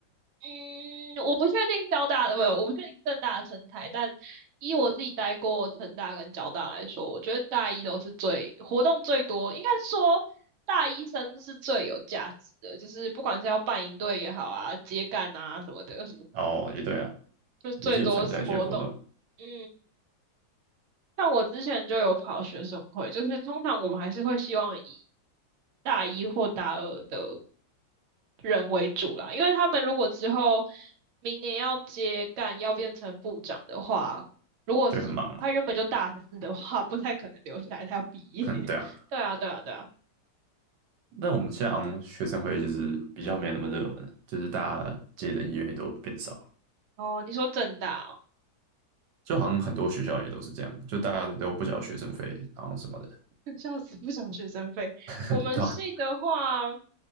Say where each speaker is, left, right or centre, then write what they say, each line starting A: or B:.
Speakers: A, on the right; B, on the right.
A: 嗯，我不确定交大的，不，我不确定政大的生态，但以我自己待过成大跟交大来说，我觉得大一都是最活动最多，应该说大一生是最有价值的，就是不管是要办营队也好啊，接干啊什么的，
B: <laughs> 哦，也对啊，
A: 就是最多是活动。
B: 也是有参加一些活动，
A: 嗯，像我之前就有跑学生会，就是通常我们还是会希望以大一或大二的人为主啦，因为他们如果之后明年要接干，要变成部长的话，如果是他原本就大四的话，
B: 就很忙嘛。
A: 不太可能留下来，他要毕业。
B: 哼，
A: <laughs>
B: 对啊。
A: 对啊，对啊，对啊。
B: 那我们现在好像学生会就是比较没那么热门，就是大家接的意愿也都变少了。
A: 哦，你说正大哦，
B: 就好像很多学校也都是这样，就大家都不缴学生费，然后什么的，
A: <laughs> 笑死，不想学生费。我们系的话，
B: 对吧？